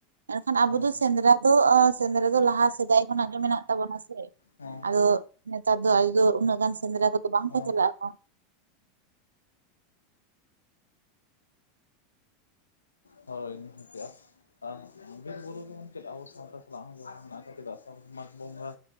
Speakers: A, on the right (about 75°); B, on the left (about 80°).
A: ᱢᱮᱱᱠᱷᱟᱱ ᱟᱵᱚ
B: ᱦᱮᱸ
A: ᱫᱚ ᱥᱮᱸᱫᱽᱨᱟ ᱫᱚ ᱥᱮᱸᱫᱽᱨᱟ ᱫᱚ ᱞᱟᱦᱟ ᱥᱮᱫᱟᱭ ᱠᱷᱚᱱᱟᱜ ᱜᱮ ᱢᱮᱱᱟᱜ ᱛᱟᱵᱚᱱᱟ ᱥᱮ᱾
B: ᱚᱻ
A: ᱟᱫᱚ ᱱᱮᱛᱟᱨ ᱫᱚ ᱟᱫᱚ ᱩᱱᱟᱹᱜ ᱜᱟᱱ ᱥᱮᱸᱫᱽᱨᱟ ᱠᱚᱫᱚ ᱵᱟᱝ
B: ᱦᱮᱸ
A: ᱠᱚ ᱪᱟᱞᱟᱜ ᱟᱠᱚ᱾
B: ᱦᱳᱭ ᱱᱤᱦᱟᱹᱛ ᱟᱨ ᱵᱤᱨ-ᱵᱩᱨᱩ ᱡᱮᱢᱚᱱ ᱪᱮᱫ ᱟᱵᱚ ᱥᱟᱶᱛᱟ ᱥᱟᱞᱟᱜ ᱦᱚᱸ ᱡᱚᱲᱟᱣ ᱢᱮᱱᱟᱜ-ᱟ, ᱪᱮᱫᱟᱜ ᱥᱮ ᱢᱟᱜᱽ ᱵᱚᱸᱜᱟ᱾